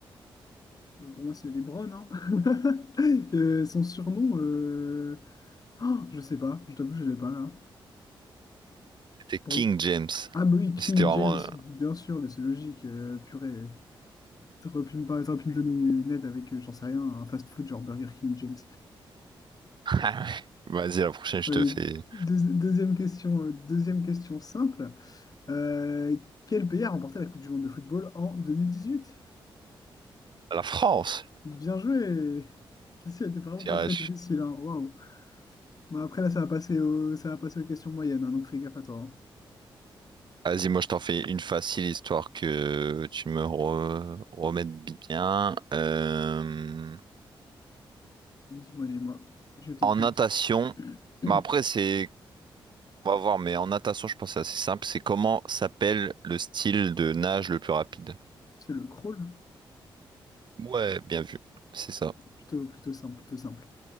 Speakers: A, on the left; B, on the right.
A: Euh, Pour moi, c'est LeBron, hein. <laughs> Euh, son surnom, euh, oh, je sais pas. Je t'avoue, je l'ai pas, là.
B: C'était
A: Pour...
B: King James.
A: Ah, bah oui, King
B: C'était vraiment.
A: James,
B: <laughs>
A: bien sûr, mais c'est logique. euh, purée. T'aurais pu me parler, t'aurais pu me donner une aide avec, euh, j'en sais rien, un fast-food genre Burger King James.
B: euh, Vas-y, la prochaine, je
A: Ouais,
B: te fais
A: deuxi- deuxième question, euh, deuxième question simple. Euh, quel pays a remporté la Coupe du monde de football en 2018?
B: la France.
A: Bien joué. Celle-ci était vraiment
B: Je dirais,
A: pas très difficile, hein. Waouh. Bon, après, là, ça va passer au... ça va passer aux questions moyennes, hein, donc fais gaffe à toi. hein.
B: Vas-y, moi je t'en fais une facile histoire que tu me re- remettes bien. Euh,
A: Dis-moi, dis-moi. Je t'écoute.
B: En natation,
A: <clears throat>
B: mais après c'est, on va voir, mais en natation je pense que c'est assez simple. C'est comment s'appelle le style de nage le plus rapide?
A: C'est le crawl?
B: Ouais, bien vu, c'est ça.
A: Plutôt, plutôt simple, plutôt simple.